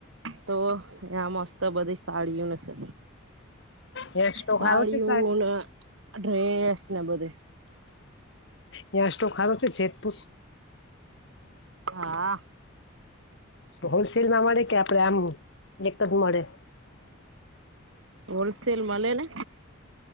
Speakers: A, on the right (about 65°); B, on the left (about 60°).
A: તો આ મસ્ત બધી સાડીઓશે
B: ત્યાં સ્ટોક
A: સાડીઓને
B: હારો છે સાહેબ
A: ડ્રેસ ને બધે
B: ન્યા સ્ટોક હારો છે જેતપુર
A: હા
B: હોલસેલમાં મળે કે આપડે આમ એક જ મળે
A: હોલસેેલ મલે ને